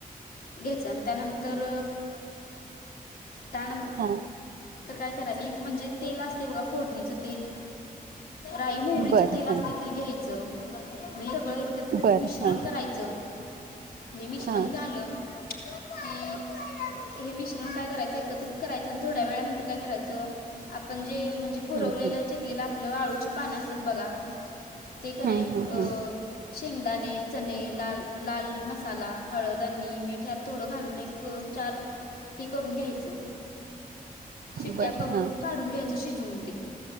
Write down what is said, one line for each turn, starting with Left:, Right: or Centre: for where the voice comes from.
Left: घ्यायच आणि त्यानंतर त्यान
Right: हा
Left: तरर काय करायचं एक म्हणजे तेल असते बघा फोडणीचं तेल राई मोहरीच
Right: बरं
Left: तेल असते
Right: हा
Left: ते घ्यायचं. सगळं एकत्रित
Right: बरं
Left: मिश्रण
Right: हा
Left: करायचं मिश्रण
Right: हा
Left: झालं की हे मिश्रण काय करायचं एकत्रित करायचं आणि थोड्या वेळा नंतर काय करायचं आपण जे म्हणजे कुरवलेलं
Right: हं हं
Left: चिरलीलं आपलं आळूची पाणी असतात बघा ते कणाय
Right: हं हं
Left: अ
Right: हं
Left: शेंगदाणे चने लाल लाल मसाला हळद आणि मीठ यात थोडं घालून एक चार हे करून घ्यायच शिट्ट्या
Right: बरं
Left: करून
Right: हां
Left: काढून घ्यायचं शिजवून